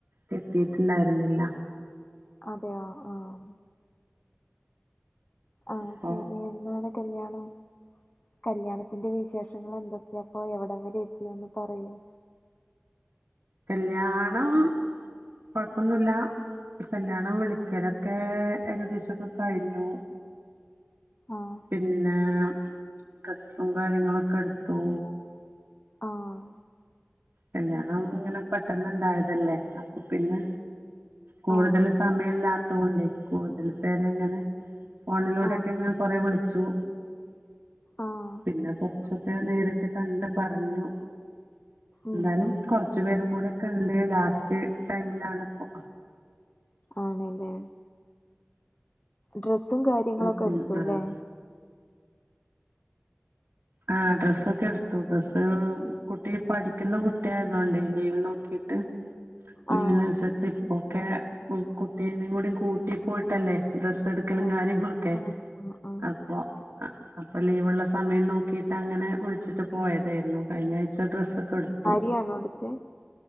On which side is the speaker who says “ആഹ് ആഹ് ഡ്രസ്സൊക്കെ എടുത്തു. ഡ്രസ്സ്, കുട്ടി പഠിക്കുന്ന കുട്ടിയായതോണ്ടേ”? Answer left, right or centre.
Right